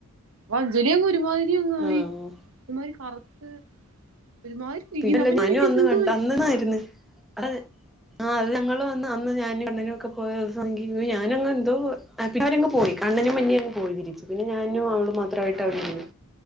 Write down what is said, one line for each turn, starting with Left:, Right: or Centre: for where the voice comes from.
Right: അപ്പ അഞ്ജലിയൊെ ഒരുമാതി ഇങ്ങ പോയി
Centre: ആഹ്
Right: ഇമാരി കറുത്ത് ഒരുമാതിരി ഇരിക്കുന്നു
Centre: പിന്നെ
Right: അപ്പൊ ഞാൻ
Centre: മനു
Right: വിചാരിക്കും
Centre: അന്ന്
Right: ഇതെന്തോ
Centre: കണ്ട അന്നണാര്ന്ന് അത് ആഹ് അത് ഞങ്ങള് വന്ന അന്ന് ഞാനും അണ്ണനും ഒക്കെ പോയ ദിവസം എങ്കി ഞാനങ്ങ് എന്തോ പിന്നെ അവര് അങ്ങ് പോയി കണ്ണനും മുന്നെ അങ്ങ് പോയിതിരിച്ച് പിന്നെ ഞാനും അവളും മാത്രായിട്ട്
Right: ആഹ്
Centre: അവിടെ ഇരുന്ന്